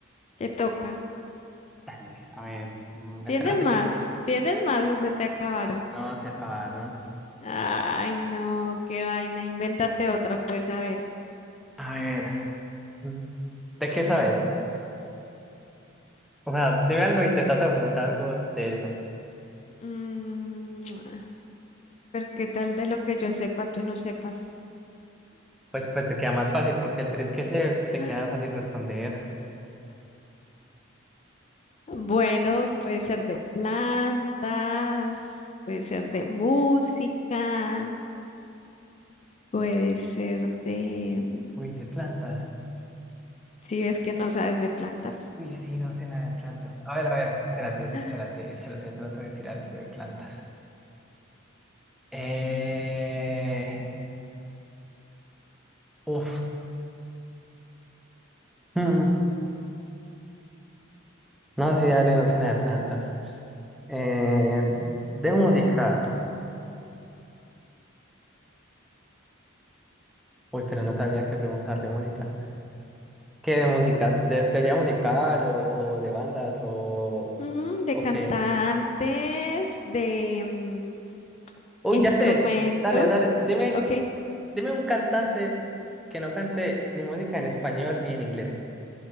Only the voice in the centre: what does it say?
Dale, a ver, mm,
espérate,
No, se acabaron.
a ver, Mm. ¿De qué sabes? O sea, dime algo y te trato de preguntar algo de eso.
Pues, pues te queda más fácil porque el 3 que sé te
queda fácil responder.
uy, de plantas,
uy, sí, no sé nada de plantas, a ver, a ver, espérate,
espérate, espérate, trato de tirar algo de plantas. Eh, uf. <laughs> hmm, No, sí, dale, no sé nada de plantas. Eh, de música. Uy, pero no sabría qué preguntar de música. ¿Qué de música? ¿De teoría musical o, o de bandas o,
o
qué?
Uy,
ya sé. Dale, dale. Dime,
dime un cantante que no cante ni música en español ni en inglés.